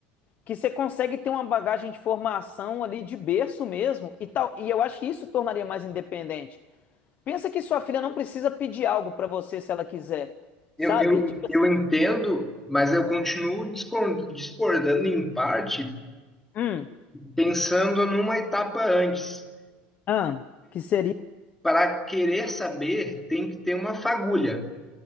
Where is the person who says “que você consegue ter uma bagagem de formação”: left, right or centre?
Left